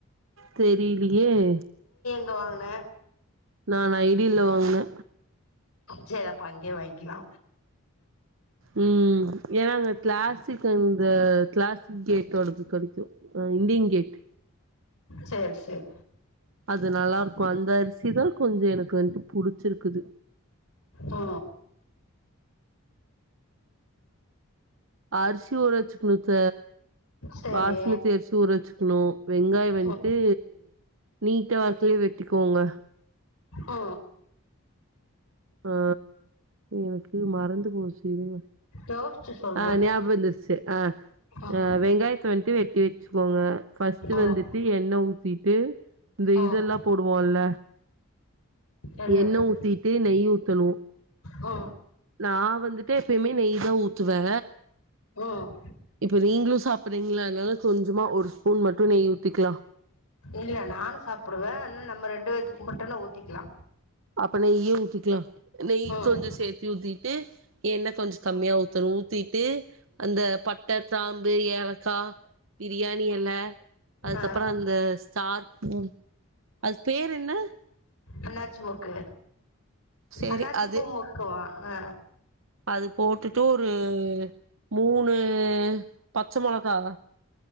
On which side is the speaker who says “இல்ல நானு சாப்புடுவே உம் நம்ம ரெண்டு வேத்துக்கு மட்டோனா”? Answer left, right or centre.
Left